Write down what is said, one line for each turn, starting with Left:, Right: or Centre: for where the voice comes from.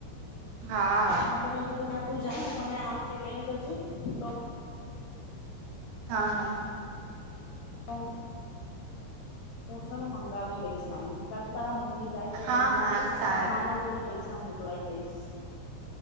Right: હા
Left: તો મેં કીધું ત્યાં તું જા ને તને આ વખતે કઈને જજે તો
Right: હા હા.
Left: પણ ઉહ છે ને મંગાવી લઈશ એમ ની તો તારા મમ્મ મમ્મી જાય તો
Right: હા
Left: કઈની
Right: હા
Left: જજે
Right: સારું
Left: માનવ જોડે પૈસા મ લઈ દઈશ.